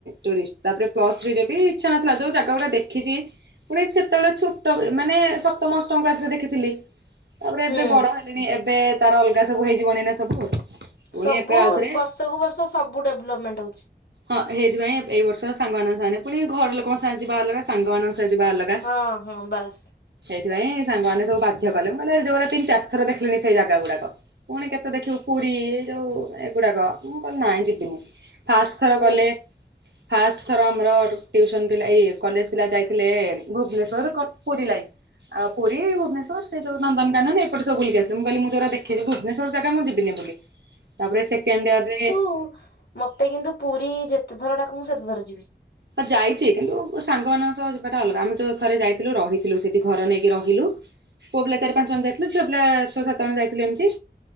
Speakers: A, on the right (about 85°); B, on the left (about 80°).
A: ଟୁରିଷ୍ଟ ତାରେ ପ୍ଲସ ଥ୍ରୀରେ ବି ଇଛା ନଥିଲା ଯୋଉ ଜାଗା ଗୁଡା ଦେ ଖିଛି ପୁଣି ସେତେବେଳେ ଛୋଟ ମାନେ ସପ୍ତମ, ଅଷ୍ଟମ କ୍ଲାସରେ ଦେଖିଥିଲି। ତାପରେ
B: ହୁଁ
A: ଏବେ ବଡ ହେଲିଣିି ଏବେ ତାର ଅଲଗା ସବୁ ହେଇଯିବନି ନା ସବୁ। ପୁଣି
B: ସବୁ
A: ଏବେ ଆଉଥରେ
B: ବର୍ଷକୁୁ ବର୍ଷ ସବୁ ଡେଭଲପମେଣ୍ଟ ହଉଛି।
A: ହଁ ହେଇଥିପାଇଁ ଏଇ ବର୍ଷ ସାଙ୍ଗମାନଙ୍କ ସାଙ୍ଗେ ପୁଣି ଘର ଲୋକଙ୍କ ସାଙ୍ଗେ ଯିବା ଅଲଗା ସାଙ୍ଗମାନଙ୍କ ସହ ଯିବା ଅଲଗା।
B: ହଁ ହଁ ବାସ୍।
A: ସେଇଥିପାଇଁ ସାଙ୍ଗମାନେ ସବୁ ବାଧ୍ୟ କଲେ କହିଲି ଯୋଟା ତିନି ଚାରିଥ ଦେଖିଲିଣି ସେଇ ଜାଗା ଗୁଡାକ। ପୁଣି କେତେ ଦେଖିବୁ। ପୁରୀ ଯୋଉ ଏଗୁଡାକ ମୁଁ କହିଲି ନାଇଁ ଯିବିନି ଫାଷ୍ଟ ଥର
B: ପୁରୀ
A: ଗଲେ ଫାଷ୍ଟ ଥର ଆମର ଟ୍ୟୁସନ ଥିଲା ଏଇ କଲେଜ ପିଲା ଯାଇଥିଲେ ଭୁବନେଶ୍ଵର କ ପୁରୀ ଲାଇନ ଆଉ ପୁରୀ ଭୁବନେଶ୍ୱର ସେ ଯୋଉ ନନ୍ଦନ କାନନ ଏପଟ ସବୁ ବୁଲି ଆସିଲେ ମୁଁ କହିଲି ମୁଁ ଯୋଉରା ଦେଖିଛି ଭୁବନେଶ୍ବର ଜାଗା ମୁ ଯି ବିନି ବୋଲି ତାପରେ ସେକେଣ୍ଡିୟରରେ
B: ଉ ମତେ କିନ୍ତୁ ପୁରୀ ଯେତେ ଥର ଡାକ ମୁଁ ସେତେ ଥର ଯିବି।
A: ହ ଯାଇଚି କିନ୍ତୁ ସାଙ୍ଗମାନଙ୍କ ସହ ଯିବାଟା ଅଲଗା ଆମେ ଯୋଉ ଥରେ ଯାଇଥିଲୁ ରହିଥିଲୁ ସେଇଠି ଘର ନେଇକି ରହିଲୁ। ପୁଅ ପିଲା ଚାରି ପାଞ୍ଚ ଜଣ ଯାଇଥିଲୁ ଝିଅ ପିଲା ଛଅ ସାତ ଜଣ ଯାଇଥିଲୁ ଏମିତି